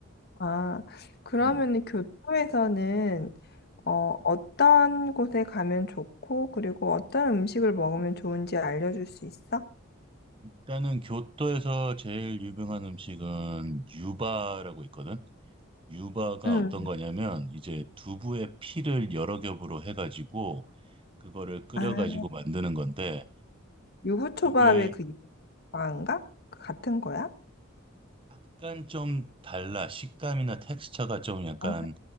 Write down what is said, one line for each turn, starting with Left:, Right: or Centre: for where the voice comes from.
Left: 아, 그러면은
Right: 음.
Left: 교토에서는 어, 어떤 곳에 가면 좋고, 그리고 어떤 음식을 먹으면 좋은지 알려줄 수 있어?
Right: 일단은 교토에서 제일 유명한 음식은 유바라고 있거든. 유바가
Left: 응.
Right: 어떤 거냐면 이제 두부의 피를 여러 겹으로 해가지고 그거를 끓여가지고
Left: 아,
Right: 만드는 건데
Left: 유부초밥의
Right: 그게
Left: 그 유부초밥인가? 그 같은 거야?
Right: 약간 좀 달라. 식감이나 텍스처가 좀 약간,
Left: 아,